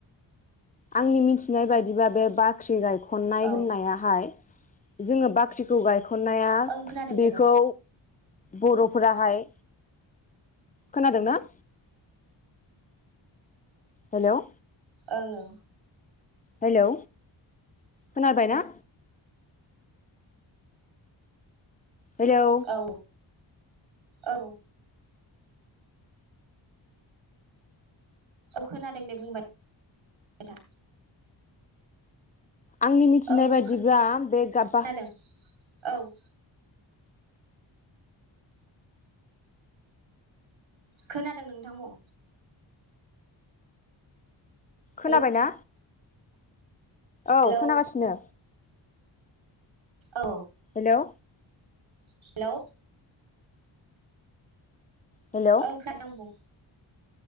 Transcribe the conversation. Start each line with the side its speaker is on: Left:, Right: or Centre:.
Left: आंनि मिथिनाय बायदिबा बे बाख्रि गायखन खननाय
Right: औ
Left: होननायाहाय जोङो बाख्रिखौ गायख खननाया
Right: ओं खोनादों दे
Left: बेखौ
Right: बुं
Left: बर'फोराहाय खोनादोंना? हेल'
Right: जोङो
Left: हेलौ खोनाबाय ना? हेलौ
Right: औ औ औ खोनादों दे बुंबाय था
Left: आंनि मिथिनाय
Right: औ औ
Left: बादिब्ला बे गाबबा
Right: खोनादों औ खोनादों नोंथां बुं
Left: खोनाबाय
Right: हेलौ
Left: ना? औ
Right: हेलौ
Left: खोनागासिनो।
Right: औ
Left: हेलौ।
Right: हेलौ।
Left: हेलौ
Right: ओं खोनासं बुं।